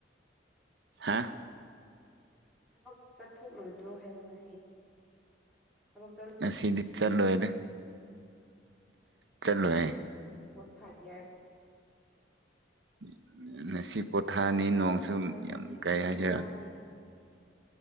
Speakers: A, on the right; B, in the centre.
A: ꯍꯥꯥ
B: ꯊꯕꯛ ꯆꯠꯊꯣꯛꯂꯣꯏꯗ꯭ꯔꯣ ꯍꯥꯏꯕ ꯉꯁꯤ ꯊꯕꯛ ꯆꯠ
A: ꯑꯁꯤꯗꯤ ꯆꯠꯂꯣꯏꯗ ꯆꯠꯂꯣꯏꯌꯦ
B: ꯎꯝ ꯄꯣꯊꯥ ꯌꯥꯏ
A: <inaudible> ꯉꯁꯤ ꯄꯣꯊꯥꯅꯤ
B: ꯄꯣꯊꯥꯔꯣ
A: ꯅꯣꯡꯁꯨ
B: ꯄꯣꯊꯥꯔꯣ
A: ꯌꯥꯝ
B: ꯅꯨꯡꯇꯤꯒꯤ
A: ꯀꯩ
B: ꯆꯠꯄꯁꯨ
A: ꯍꯥꯏꯗꯣꯏꯔꯥ
B: ꯋꯥꯕꯅꯤꯗ